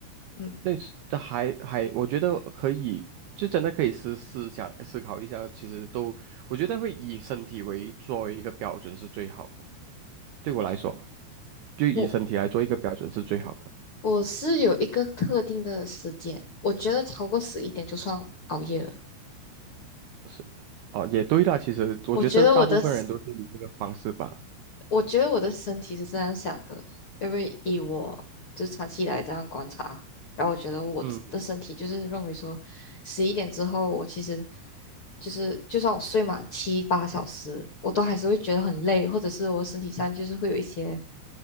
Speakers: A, on the left (about 60°); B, on the right (about 85°).
A: 嗯，
B: 类似的还还，我觉得可以，就真的可以思思想思考一下，其实都我觉得会以身体为作为一个标准是最好的，对我来说，就以身体来做一个标准是最好的，
A: 我我是有一个特定的时间，我觉得超过十一点就算熬夜了，
B: 是哦，也对啦，其实我觉得大部分人都是以这个方式吧，
A: 我觉得我的我觉得我的身体是这样想的，因为以我就是长期以来这样观察，然后我觉得我自的身体就是认为说，
B: 嗯
A: 十一点之后我其实就是就算我睡满七八小时，我都还是会觉得很累，或者是我身体上就是会有一些